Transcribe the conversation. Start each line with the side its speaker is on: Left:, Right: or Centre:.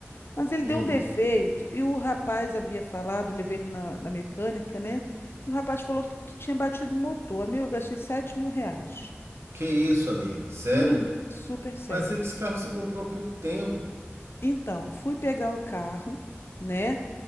Left: Mas ele
Right: Hum,
Left: deu um defeito e o rapaz havia falado, levei ele na, na mecânica, né? E o rapaz falou que tinha batido o motor. Amigo, eu gastei sete mil reais.
Right: que isso, amiga? Sério?
Left: Uhum, super sério.
Right: Mas esse carro você comprou há pouco tempo.
Left: Então, fui pegar o carro, né?